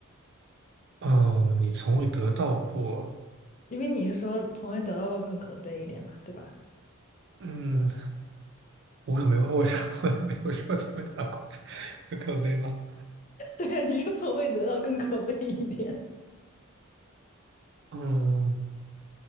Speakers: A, on the right; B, on the left.
A: 哦，你从未得到过，
B: 因为你是说从未得到过更可悲一点嘛，对吧？
A: 嗯，我可没有，我 <laughs> 我也没有说从未得到过，有可悲吗？
B: <laughs> 对呀，你说从未得到更可悲一点，
A: 嗯，